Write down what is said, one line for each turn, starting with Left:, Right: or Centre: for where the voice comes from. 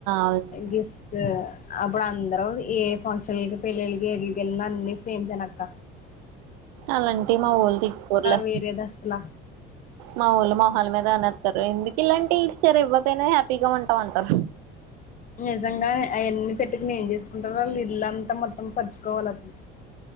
Right: అని
Left: గిఫ్ట్స్ అప్పుడు అందరు ఏ ఫంక్షన్లకి పెళ్లళ్లకి ఎక్కడకి వెళ్ళినా అన్ని ఫ్రెండ్స్ అన అక్క
Right: అలాంటి మా ఊళ్ళు తీసుకోర్లే
Left: వేరేది అసలా
Right: మా ఊళ్ళు మొహాళ మీద అనేత్తారు ఎందుకు ఇలాంటి ఇచ్చారు ఇవ్వక పోయినా హ్యాపీగా ఉంటాం అంటారు
Left: నిజంగా అవన్నీ పెట్టుకుని ఏం చేసుకుంటారు వాళ్ళు ఇల్లంతా మొత్తం పరుచుకోవాలి అప్పుడు